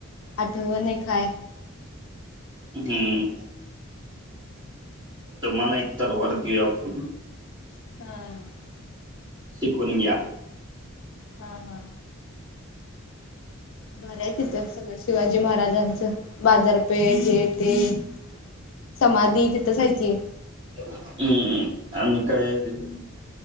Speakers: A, on the left; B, on the right.
A: आठवण एक हाय.
B: हं... तुमांना एक तलवार देवू या आपुन.
A: हा
B: शिकून घ्या.
A: हा, हा. बरं आहे तिथं सगळं शिवाजी महाराजांचं बाजारपेठ हे- ते. समाधी तिथंच हाय की,
B: हू... आणि काय आहे तिथं?